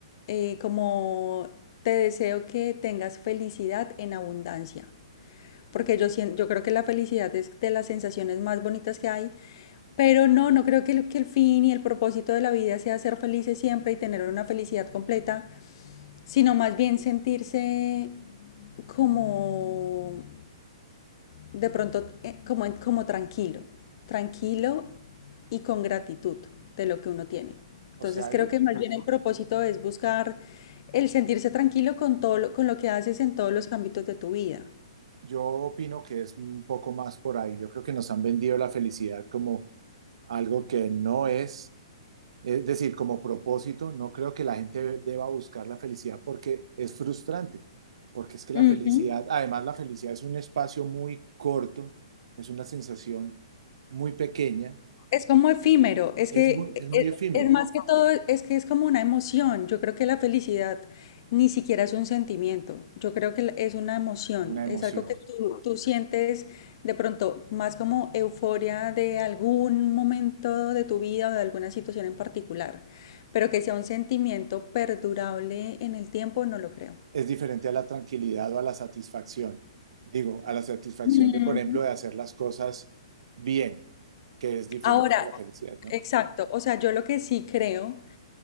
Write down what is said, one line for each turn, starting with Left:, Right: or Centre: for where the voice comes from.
Left: eh, como te deseo que tengas felicidad en abundancia, porque yo, sien- yo creo que la felicidad es de las sensaciones más bonitas que hay, pero no, no creo que el, que el fin y el propósito de la vida sea ser felices siempre y tener una felicidad completa sino más bien sentirse como de pronto eh, como, como tranquilo, tranquilo y con gratitud de lo que uno tiene. Entonces
Right: O sea,
Left: creo
Right: yo
Left: que más bien el propósito es buscar el sentirse tranquilo con todo lo, con lo que haces en todos los ámbitos de tu vida.
Right: yo opino que es un poco más por ahí. Yo creo que nos han vendido la felicidad como algo que no es, es decir, como propósito, no creo que la gente deba buscar la felicidad porque es frustrante, porque es que la
Left: Ujú.
Right: felicidad, además la felicidad es un espacio muy corto, es una sensación muy pequeña,
Left: Es como efímero, es
Right: es
Left: que
Right: muy,
Left: e-
Right: es muy
Left: e-
Right: efímera
Left: es, más que todo, es que es como una emoción. Yo creo que la felicidad ni siquiera es un sentimiento, yo creo que la- es una emoción,
Right: una emoción,
Left: es algo que tú, tú sientes de pronto más como euforia de algún momento de tu vida o de alguna situación en particular, pero que sea un sentimiento perdurable en el tiempo, no lo creo.
Right: es diferente a la tranquilidad o a la satisfacción, digo, a la satisfacción
Left: Mm,
Right: de, por ejemplo, de hacer las cosas bien, que es diferente
Left: Ahora,
Right: a la felicidad, ¿no?
Left: exacto. O sea, yo lo que sí creo